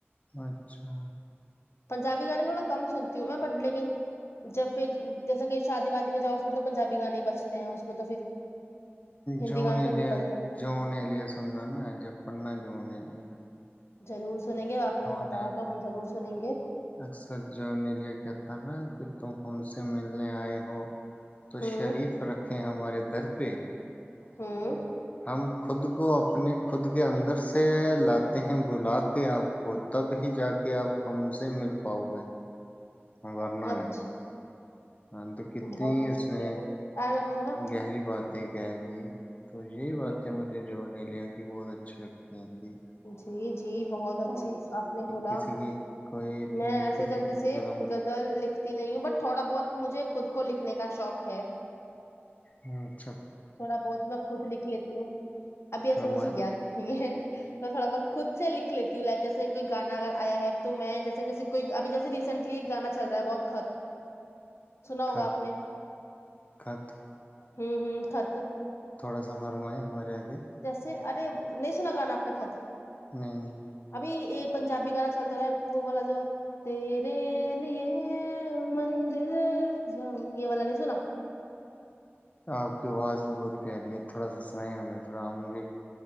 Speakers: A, on the left; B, on the left.
A: اچھا
B: پنجابی گانے میں تھوڑا کم سنتی ہوں میں بٹ لیکن جب پھر جیسا کہ شادی وادی میں جاؤ پھر تو پنجابی گانے بچتے ہیں اس میں تو پھر ہندی
A: جو
B: گانے
A: نے
B: تو
A: لیا
B: نہیں بج سکتے
A: جو نے لیا سننا نا جب پڑھنا جو نے لیا
B: ضرور سنیں گے آپ نے ہمیں
A: اکر
B: بتایا تو ہم ضرور سنیں گے
A: اکثر جو نے لیا کہ کہ تم ہم سے ملنے آئے ہو تو
B: ہوں
A: شریف رکھے ہمارے در پہ
B: ہوں
A: ہم خود کو اپنے خود کے اندر سے لاتے ہیں بلا کے آپ کو تب ہی جا کے آپ ہم سے مل پاؤ گے ہ کرنا
B: اچھا
A: نہیں ہاں تو کتنی
B: بہت
A: اس میں
B: یار رکھو نا
A: گہری باتیں کہہ دی تو یہی
B: اپنی۔
A: بات ہے مجھے جوور نہیں لیا بھی بہت اچھے لگتے ہیں جی
B: جی جی بہت اچھی آپ نے بولا
A: کسی کی کوئی اتنی
B: میں ایسے
A: کسی
B: جلدی
A: کی
B: سے
A: قلم
B: زل لکھ نہیں ہوں بٹ تھوڑا بہت مجھے خود کو لکھنے کا شوق ہے
A: ہاں
B: تھوڑا بہت میں خود لکھ لیتی ہوں ابھی ایسا
A: فرمائیں
B: مجھے یاد نہیں ہے ج تو تھوڑا بت خود سے لکھ لیتی ہوں لائک جیسے کوئی گانا اگر آیا ہے تو میں جیسے ک کوئی ابھی جیسے ریسینٹلی ایک گانا چل رہا ہے بہت خط سنا ہوگا
A: خط
B: آپ نے
A: خط
B: ہوں ہوں پ تو
A: تھوڑا سا فرمائیں ہمارے یہاں
B: جیسے ارے نہیں سنا گانا اپنے خطر
A: نہیں نہیں
B: یہ پنجابی گانا چلتا رہا ہے وہ والا جو تیرے لی مندر یہ والا نہیں سنا
A: آپ کی آواز بھی بہت پیاری ہے تھوڑا سا سنائیں ہمیں تھوڑا ہم بھی